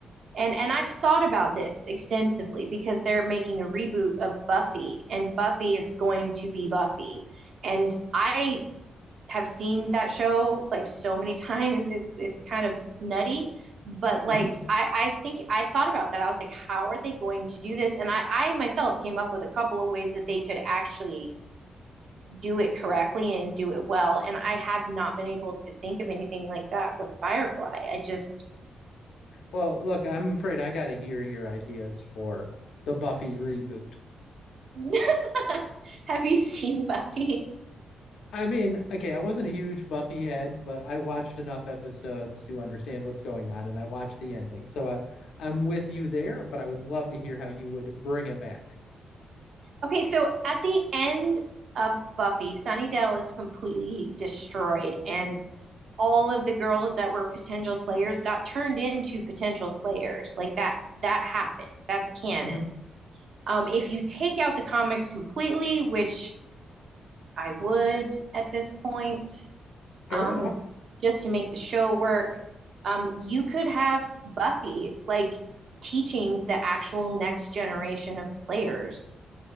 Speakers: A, on the right; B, on the left.
A: And and I've thought about this extensively because they're making a reboot of Buffy and Buffy is going to be Buffy. And I have seen that show like so many <laughs> times. It's it's kind of nutty, but like
B: hmm
A: I I think I thought about that. I was like how are they going to do this? And I I myself came up with a couple of ways that they could actually do it correctly and do it well. And I have not been able to think of anything like that with Firefly. I just
B: Well, look, I'm afraid I got to hear your ideas for the Buffy reboot.
A: <laughs> have you seen <laughs> Buffy?
B: I mean, okay, I wasn't a huge Buffy head, but I watched enough episodes to understand what's going on, and I watched the ending. So I, I'm with you there, but I would love to hear how you would bring it back.
A: Okay, so at the end of Buffy, Sunnydale is completely destroyed, and all of the girls that were potential slayers got turned into potential slayers. Like that, that happened. That's canon.
B: hmm
A: Um, if you take out the comics completely, which I would at this point,
B: Fair
A: um,
B: enough.
A: just to make the show work. Um, you could have Buffy like teaching the actual next generation of Slayers.